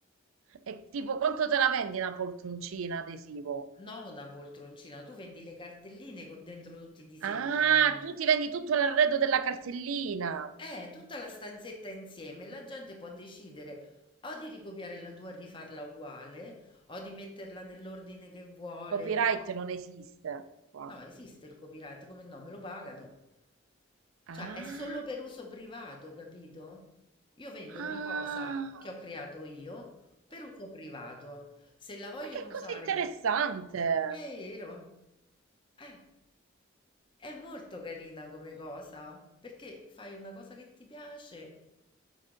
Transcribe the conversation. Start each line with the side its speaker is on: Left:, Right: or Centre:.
Right: E tipo, quanto te la vendi una poltroncina adesivo?
Left: No, una poltroncina, tu vendi le cartelline con dentro tutti i disegnini.
Right: Ah, tu ti vendi tutto l'arredo della cartellina.
Left: Eh, tutta la stanzetta insieme, la gente può decidere o di ricopiare la tua e rifarla uguale, o di metterla nell'ordine che vuole.
Right: Copyright
Left: o-
Right: non esiste qua.
Left: No, esiste il copyright, come no? Me lo pagano.
Right: Ah.
Left: Cioè, è solo per uso privato, capito? Io vendo
Right: Ah,
Left: una cosa che ho creato io per uso privato. Se la vogliono
Right: ma che
Left: usare,
Right: cosa interessante!
Left: è vero. Eh, è molto carina come cosa, perché fai una cosa che ti piace